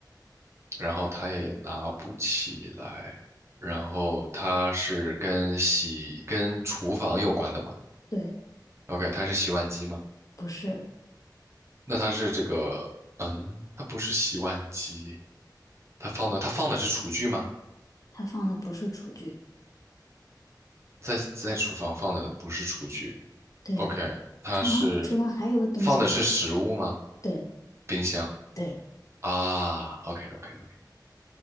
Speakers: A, on the right; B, on the left.
A: 然后它也拿不起来，然后它是跟洗跟厨房有关的吗
B: 对，
A: ？OK，它是洗碗机吗？
B: 不是，
A: 那它是这个，嗯，它不是洗碗机，它放的它放的是厨具吗？
B: 它放的不是厨具。
A: 在在厨房放的不是厨具
B: 对呀、
A: ，OK，
B: 啊
A: 它是
B: 厨房还有个东西呢。
A: 放的是食物吗？
B: 对，
A: 冰箱
B: 对。
A: 啊，OK OK OK，